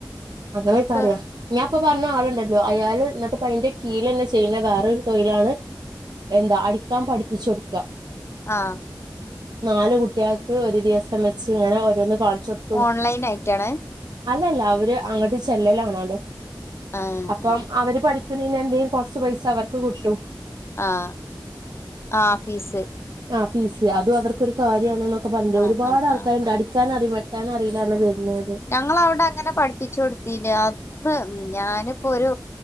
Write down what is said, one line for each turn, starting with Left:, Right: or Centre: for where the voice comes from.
Right: അങ്ങനൊക്കെ
Left: എനിക്ക്
Right: അറിയാ. ഞാൻ ഇപ്പൊ പറഞ്ഞ ആളുണ്ടല്ലോ അയാള് എന്നിട്ട്പ്പ അന്റെ കീയിലെന്നെ ചെയ്യുന്ന വേറൊരു തൊഴിലാണ് എന്താ അടിക്കാൻ പഠിപ്പിച്ചു കൊടുക്ക.
Left: ആഹ്
Right: നാല് കുട്ടികൾക്ക് ഒരു ദിവസം വെച്ച് ഇങ്ങനെ ഓരോന്ന് കാണിച്ചൊട്ക്ക.
Left: ഓൺലൈൻ ആയിട്ടാണ്
Right: അല്ലല്ല അവര് അങ്ങോട്ട് ചെല്ലലാണോലൊ
Left: ആഹ്
Right: അപ്പം
Left: ആഹ്
Right: അവര് പഠിക് പിന്നെ ഇഞ്ഞ് എന്തേലും കൊറച്ച് പൈസ അവർക്ക് കിട്ടും
Left: ആഹ് ആഹ് ഫീസ്
Right: ആഹ് ഫീസ് അതും അവർക്കൊരു കാര്യാണ്നൊക്കെ പറിണ്ട്
Left: ആഹ്
Right: ഒരുപാട്
Left: ആഹ്
Right: ആൾക്കാര്ണ്ട്
Left: ആഹ്
Right: അടി ക്കാനറിം വെട്ടാന് അറീലാന്നർണ് വെര്നോര്
Left: ഞങ്ങളവടെ അങ്ങനെ പഠിപ്പിച്ചു കൊടുത്തീന് ആ ബ് മ് ഞാന്പ്പൊ ഒരു